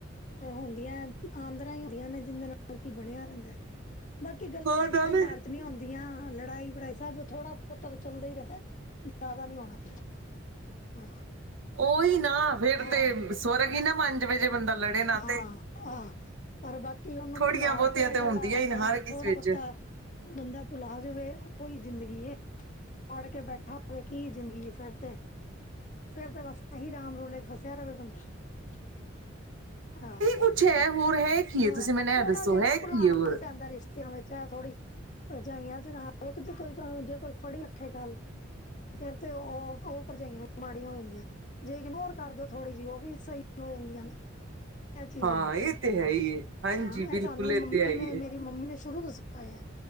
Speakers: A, on the left; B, on the right.
A: ਹੁੰਦੀਆਂ ਆੰਦਰਾ ਈ ਹੁੰਦੀਆਂ ਨੇ ਜਿਂਦੇ ਨਾਲ ਕੀ ਬਣਿਆ ਰੈਂਦਾ ਏ। ਬਾਕੀ ਗੱਲਾਂ
B: ਹਾਂ
A: ਕੇੜੇ
B: ਨਾਲੇ
A: ਕਾਰ- ਨੀ ਹੁੰਦੀਆਂ ਲੜਾਈ-ਵੜਾਈ ਸਭ ਥੋੜਾ ਬਹੁਤ ਚੱਲਦਾ ਈ ਰੈਂਦਾ ਜਾਦਾ ਨੀ ਹੋਨਾ। ਹਾਂ।
B: ਉਈ ਨਾ। ਫੇਰ
A: ਹਾਂ
B: ਤੇ ਸਵਰਗ ਈ ਨਾ ਵਨ ਜਵੇ ਜੇ ਬੰਦਾ ਲੜੇ ਨਾ
A: ਹਾਂ
B: ਤੇ।
A: ਹਾਂ ਪਰ ਬਾਕੀ ਉਹਨੂੰ
B: ਥੋੜੀਆਂ
A: ਭੁਲਾ
B: ਬੋਤੀਆਂ
A: ਕੇ
B: ਤੇ
A: ਥੋੜਾ
B: ਹੁੰਦੀਆਂ
A: ਹਾਂ
B: ਈ ਨੇ ਹਰ
A: ਥੋੜਾ
B: ਕਿਸੀ ਵਿੱਚ।
A: ਬਹੁਤਾ ਬੰਦਾ ਭੁਲਾ ਜਾਵੇ ਉਈ ਜ਼ਿੰਦਗੀ ਏ। ਫੜ ਕੇ ਬੈਠਾ ਹੋਵੇ ਕੀ ਜ਼ਿੰਦਗੀ ਫੇਰ ਤੇ। ਫੇਰ ਤੇ ਬਸ ਏਹੀ ਰਾਮ ਰੋਲੇ ਚ ਫਸਿਆ ਰਵੇ ਬੰਦਾ ਹਾਂ।
B: ਕੁਛ ਹੈ ਹੋਰ ਹੈ- ਕੀ
A: ਹਾਂ
B: ਏ ਤੁਸੀਂ ਮੈਨੂੰ
A: ਥੋੜਾ
B: ਇਹ ਦੱਸੋ
A: ਜਿਹਾ ਨਾ
B: ਹੈ
A: ਭੁਲਾਣਾ
B: ਕੀ ਏ ਹੋਰ
A: ਵੀ ਪੈਂਦਾ ਰਿਸ਼ਤ- ਤੇਆਂ ਵਿੱਚ ਹੈ ਥੋੜ੍ਹੀ, ਭਰਜਾਈਆਂ ਚ ਹਰ ਇੱਕ ਚ ਕੋਈ ਜੇ ਕੋਈ ਫੜੀ ਰੱਖੇ ਗੱਲ। ਫੇਰ ਤੇ ਉ ਉ ਭਰਜਾਈਆਂ ਮਾੜੀਆਂ ਹੋ ਜਾਂਦੀਆਂ। ਜੇ ਇਗਨੋਰ ਕਰਦੋ ਥੋੜੀ ਜਿਹੀ, ਉ ਵੀ ਸਹੀ ਹੋ ਜਾਂਦੀਆਂ ਨੇ। ਇਹ ਚੀਜ਼
B: ਹਾਂ
A: ਹੁੰਦੀ
B: ਏ ਤੇ ਹੈ ਈ ਏ, ਹਾਂਜੀ
A: ਹਾਂ
B: ਬਿਲਕੁਲ
A: ਇਹ ਸਾਨੂੰ
B: ਏ
A: ਮੰਮੀ
B: ਤੇ ਹੈ ਈ
A: ਨੇ
B: ਏ।
A: ਮੇਰੀ ਮੰਮੀ ਨੇ ਸ਼ੁਰੂ ਤੋਂ ਸਿਖਾਇਆ,